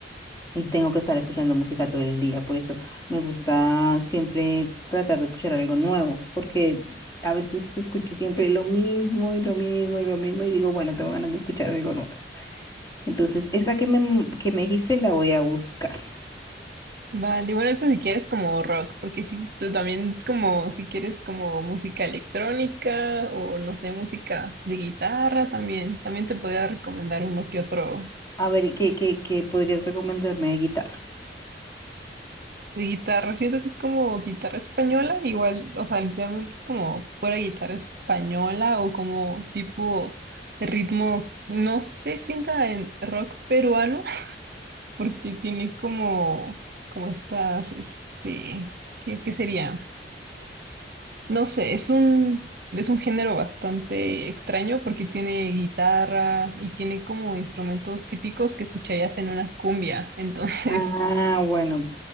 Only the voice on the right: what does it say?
Vale, bueno, eso si quieres como rock, porque si tú también como, si quieres como música electrónica o no sé, música de guitarra también, también te podría recomendar uno que otro
de guitarra. Siento que es como guitarra española, igual, o sea, literalmente es como fuera guitarra española o como tipo ritmo, no sé, sienta en rock peruano, <laughs> porque tiene como, como estas, este, ¿qué, qué sería? No sé, es un, es un género bastante extraño porque tiene guitarra y tiene como instrumentos típicos que escucharías en una cumbia, <laughs> entonces...